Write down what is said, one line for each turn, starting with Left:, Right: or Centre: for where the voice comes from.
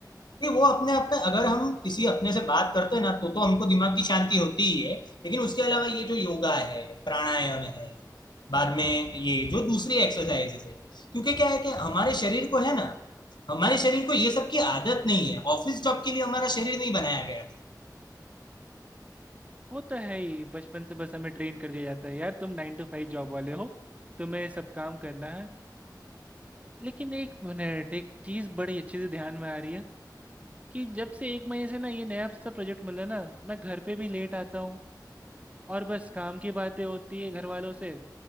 Left: नहीं वो अपने आप में अगर हम किसी अपने से बात करते हैं ना तो तो हमको दिमाग की शांति होती ही है लेकिन उसके अलावा ये जो योगा है प्राणायाम है बाद में ये जो दूसरी एक्सरसाइजेस है क्योंकि क्या है कि हमारे शरीर को है ना हमारे शरीर को ये सब की आदत नहीं है ऑफिस जॉब के लिए हमारा शरीर नहीं बनाया गया
Right: वो तो है ही बचपन से बस हमें ट्रेन कर दिया जाता है यार तुम नाइन टू फाइव जॉब वाले हो तुम्हें सब काम करना है लेकिन एक मिनट एक चीज़ बड़ी अच्छे से ध्यान में आ रही है कि जब से एक महीने से ना ये नया सा प्रोजेक्ट मिला ना मैं घर पे भी लेट आता हूँ और बस काम की बातें होती है घर वालों से